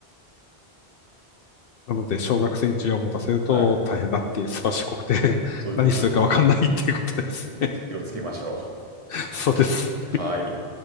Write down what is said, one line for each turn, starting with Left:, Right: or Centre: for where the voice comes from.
Left: なので、小学生に銃を持たせると大変だっていう、
Right: はい。
Left: すばしこくて <laughs>、
Right: そういうことですね。
Left: 何するかわかんないっていうことですね。
Right: 気をつけましょう。
Left: <laughs> そうです。
Right: はい。